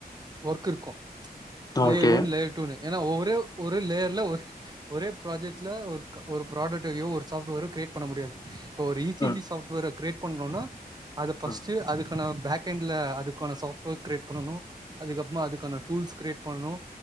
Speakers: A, on the right (about 25°); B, on the left (about 25°).
A: work இருக்கு லேயர்
B: ஓகே
A: ஒன் லேயர் டூன்னு ஏனா ஒரே ஒரு லேயர்ல ஒரு ஒரே ப்ராஜெக்ட்ல ஒரு ப்ராடட்டரியோ ஒரு சாஃப்ட்வேரோ கிரியேட் பண்ண முடியாது இப்ப ஒரு இ சி
B: ம்
A: ஜி சாஃப்ட்வேர கிரியேட் பண்றோன்னா அத ஃபர்ஸ்ட்டு
B: ம்
A: அது இப்ப நம்ம பேக்கெண்ட்ல அதுக்கான சாஃப்வேர் கிரியேட் பண்ணனு அதுக்கப்றோமா அதுக்கான டூல்ஸ் கிரியேட் பண்ணனு